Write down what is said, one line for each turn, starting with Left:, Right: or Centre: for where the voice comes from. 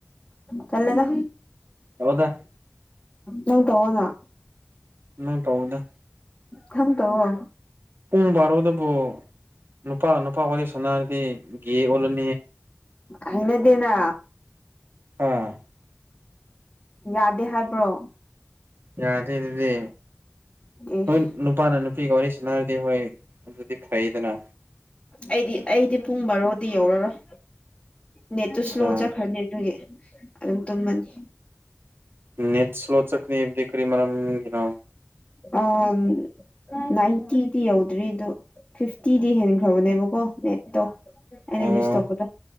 Left: ꯇꯜꯂꯦꯗ
Right: ꯂꯥꯛꯑꯣꯗ
Left: ꯅꯪ ꯇꯧꯑꯣꯅꯥ
Right: ꯅꯪ ꯇꯧꯋꫭꯗ
Left: ꯅꯪ ꯇꯧꯑꯣ
Right: ꯄꯨꯡ ꯕꯥꯔꯣꯗꯕꯨ ꯅꯨꯄꯥ ꯅꯨꯄꯥ ꯋꯥꯔꯤ ꯁꯥꯟꯅꯔꯗꯤ ꯒꯦ ꯑꯣꯜꯂ <unintelligible>
Left: ꯍꯩꯅꯗꯦꯅ
Right: ꯑꯥ
Left: ꯌꯥꯗꯦ ꯍꯥꯏꯕ꯭ꯔꯣ
Right: ꯌꯥꯗꯦ ꯑꯗꯨꯗꯤ
Left: ꯏꯁ
Right: ꯍꯣꯏ ꯅꯨꯄꯥꯅ ꯅꯨꯄꯤꯒ ꯋꯥꯔꯤ ꯁꯥꯟꯅꯔꯗꯤ ꯍꯣꯏ ꯑꯗꯨꯗꯤ ꯐꯩꯌꯦꯗꯅ
Left: ꯑꯩꯗꯤ ꯑꯩꯗꯤ ꯄꯨꯡ ꯕꯥꯔꯣꯗꯤ ꯌꯧꯔꯔꯣꯏ ꯅꯦꯠꯇꯨ
Right: ꯑꯠꯆꯥ
Left: ꯁ꯭ꯂꯣ ꯆꯠꯈ꯭ꯔꯅꯤ ꯑꯗꯨꯒꯤ ꯗꯨꯝ ꯇꯨꯝꯃꯅꯤ
Right: ꯅꯦꯠ ꯁ꯭ꯂꯣꯆꯛꯀꯅꯤꯕꯗꯤ ꯀꯔꯤ ꯃꯔꯝꯒꯤꯅꯣ
Left: ꯑꯥꯝ ꯅꯥꯏꯟꯇꯤꯗꯤ ꯌꯧꯗ꯭ꯔꯤ ꯗꯣ ꯐꯤꯐꯇꯤꯗꯤ ꯍꯦꯟꯈ꯭ꯔꯕꯅꯦꯕꯀꯣ ꯅꯦꯠꯇꯣ ꯑꯩꯅ
Right: ꯑꯣ
Left: ꯌꯨ꯭ꯁ ꯇꯧꯕꯗꯣ